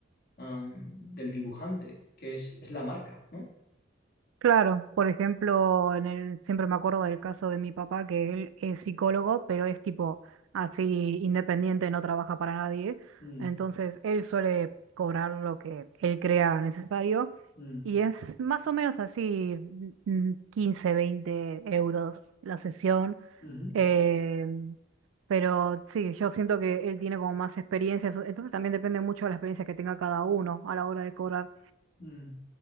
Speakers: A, on the left; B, on the right.
A: am, del dibujante, que es, es la marca, ¿no?
B: Claro, por ejemplo, en el, siempre me acuerdo del caso de mi papá, que él es psicólogo, pero es tipo así independiente, no trabaja para nadie.
A: Mm,
B: Entonces, él suele cobrar lo que él crea necesario
A: mm,
B: y es más o menos así, mm, 15, 20 euros la sesión.
A: ujú,
B: eh, pero sí, yo siento que él tiene como más experiencia, eso- entonces también depende mucho de la experiencia que tenga cada uno a la hora de cobrar.
A: mm,